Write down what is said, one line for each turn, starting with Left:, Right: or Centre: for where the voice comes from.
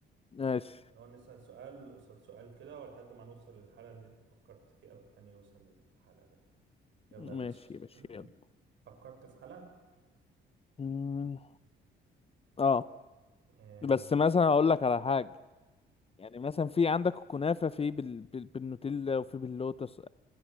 Left: ماشي
Right: نقعد نسال سؤال قصاد سؤال كده ولحد ما نوصل للحاله اللي انت فكرت فيها والتاني يوصل للحاله ده يلا
Left: ماشي
Right: يا باشا
Left: يا باشا يلا
Right: <clears throat> فكرت في حاله
Left: مم، اه
Right: إيه.
Left: بس مثلا هقول لك على حاجة يعني مثلا في عندك الكنافة في بال... بال... بالنوتيلا وفي باللوتس